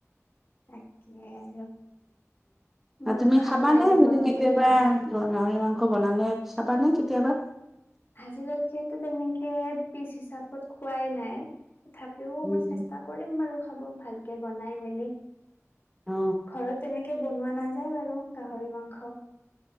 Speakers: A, on the left (about 45°); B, in the centre.
A: তাকে আৰু ময়ো
B: তুমি
A: খাব
B: খাবানে
A: লাগিব
B: যদি
A: ৰ'ব।
B: কেতিয়াবা গাহৰি মাংস বনালে। চাবানে কেতিয়াবা?
A: আজিলৈকেতো তেনেকে পিচ হিচাপত খোৱাই নাই। তথাপিও
B: উম
A: মই চেষ্টা কৰিম বাৰু খাব। ভালকে বনাই মেলি।
B: অ।
A: ঘৰত তেনেকে বনোৱা নাযায় বাৰু গাহৰি মাংস। অ'হ।